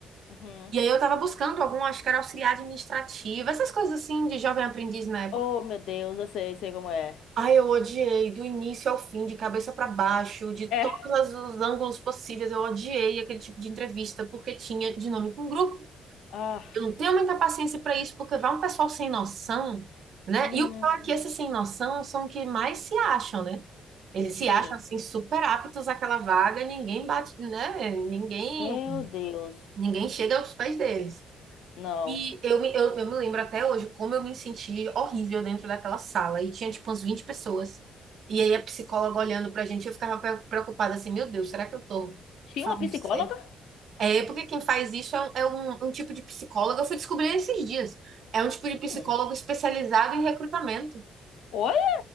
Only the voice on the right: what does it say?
E aí eu tava buscando algum, acho que era auxiliar administrativo, essas coisas assim de jovem aprendiz na época.
Ai, eu odiei do início ao fim, de cabeça pra baixo, de
todos as- os ângulos possíveis. Eu odiei aquele tipo de entrevista porque tinha dinâmica em grupo.
Eu não tenho muita paciência pra isso porque vai um pessoal sem noção, né?
E o pior é que esses sem noção são os que mais se acham, né? Eles se
acham assim super aptos àquela vaga, ninguém bate, né? Ninguém
Ninguém chega aos pés deles.
E eu me, eu, eu me lembro até hoje como eu me senti horrível dentro daquela sala. E tinha, tipo, umas 20 pessoas. E aí a psicóloga olhando pra gente, eu ficava pre- preocupada assim, meu Deus, será que eu tô
falando
certo? É, porque quem faz isso é, um, é um- um tipo de psicóloga, eu fui descobrir esses dias. É um tipo de
psicólogo especializado em recrutamento.